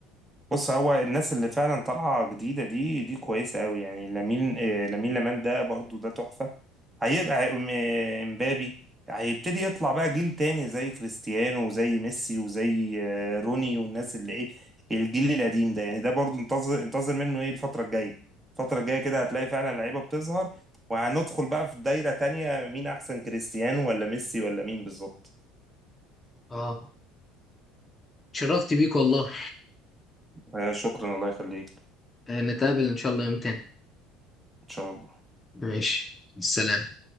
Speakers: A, on the right; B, on the left.
A: بص هو الناس اللي فعلا طالعه جديده دي دي كويسه قوي يعني لامين آه، لامين يامال ده برضو ده تحفه هيبقى م- مبابي هيبتدي يطلع بقى جيل تاني زي كريستيانو وزي ميسي وزي آه، روني والناس اللي ايه الجيل القديم ده يعني ده برضو انتظر انتظر منه ايه الفترة الجاية الفترة الجاية كده هتلاقي فعلا لعيبة بتظهر وهندخل بقى في دايرة تانية مين احسن كريستيانو ولا ميسي ولا مين بالظبط
B: اه شرفت بيك والله
A: آه، شكرا الله يخليك
B: آه، نتقابل ان شاء الله يوم تاني
A: ان شاء الله
B: ماشي السلام